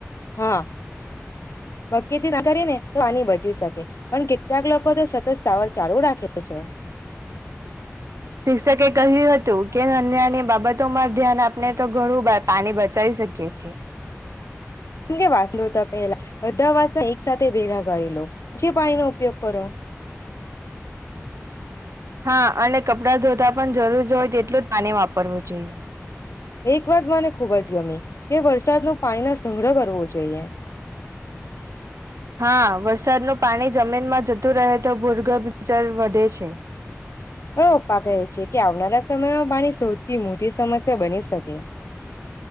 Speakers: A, on the left (about 70°); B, on the right (about 75°).
A: હા ભકીથી ના કરીને તો આની બચી શકે પણ કેટલાક લોકો તો સતત સવાર ચાલુ રાખે છે.
B: શિક્ષકે કહ્યું હતું કે અન્યાની બાબતોમાં ધ્યાન આપને તો ઘણું પાણી બચાવી શકી છે.
A: કેમ કે વાત નતા પેલા બધા વાતા એક સાથે ભેગા કરી લો પછી પાણી નો ઉપયોગ કરો
B: હા અને કપડા ધોતા પણ જરૂર હોય તેટલું જ પાણી વાપરવું જોઈએ.
A: એક વાત મને ખુબ જ ગમી કે વરસાદનો પાણી ન સંગ્રહ કરવો જોઈએ.
B: હા વરસાદનું પાણી જમીનમાં જતું રહે તો ભૂગભ જર વધે છે.
A: હ પપ્પા કહે છે કે આવનારા સમયમાં પાણી શોધથી મોટી સમસ્યા બની શકે.